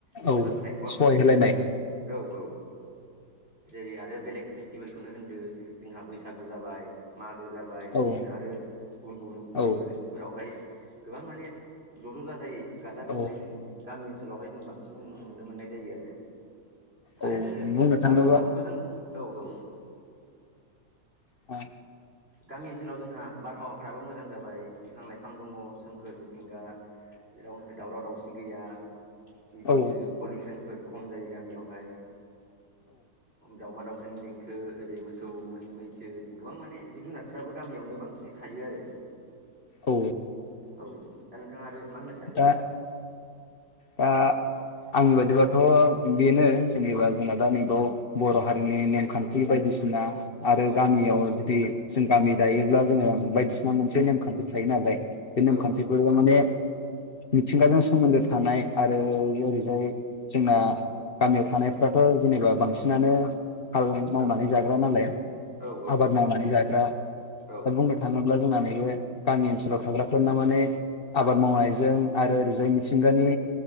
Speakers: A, on the right; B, on the left.
A: हेफाजाब
B: औ
A: होनायखौ आं
B: सहाय
A: नुयो
B: होलायनाय
A: आरो औ औ जेरै आरो बेलेग फेस्टिभेलखौनो होनदो जोंहा बैसागु जाबाय मागो जाबाय
B: औ
A: बिदिनो आद गुबुन गुबुन फोरबोफोरावहाय
B: औ
A: गोबां माने ज' ज' ज जायै गाजा गोमजायै
B: औ
A: जों गामि ओनसोलावहाय जों बांसिन नुनो मोननाय जायो आरो
B: औ
A: आरो जोङो
B: बुंनो थाङोबा
A: बारहावाखौथ' जों औ औ
B: औ
A: गामि ओनसोलाव जोंहा बारहावाफोराबो मोजां जाबाय बिफां लाइफां दङ सोमखोर मिथिंगा जेराव दावराव दावसि गैया बिदिनो
B: औ
A: पलिउसनफोर खम जायो गामियावहाय दाउमा दाउसानि देंखो ओरै मोसौ मोस मैसो गोबां माने जिब जुनारफ्राबो गामियावनो बांसिनै थायो आरो
B: औ
A: औ दा नोंथाङा आरो मा होनो सानो
B: दा दा आंनि बादिबाथ' बेनो जेनेबा जोंना दा नै बाव बर' हारिनि नेमखान्थि बायदिसिना आरो
A: औ
B: गामियाव जुदि जों गामि दायोब्ला जोङो बायदिसिना मोनसे नेमखान्थि थायो नालाय बे नेमखान्थिफोरा
A: औ
B: माने मिथिंगाजों सोमोन्दो थानाय आरो ओरैहाय जोंना गामियाव थानायफ्राथ' जेनेबा बांसिनानो हाल मावनानै
A: औ
B: जाग्रा नालाय
A: औ
B: आबाद मावनानै जाग्रा
A: औ
B: दा बुंनो थाङोब्ला जोंना नैबे गामि ओनसोलाव थाग्राफोरना माने आबाद मावनाय जों आरो ओरैजाय मिथिंगानि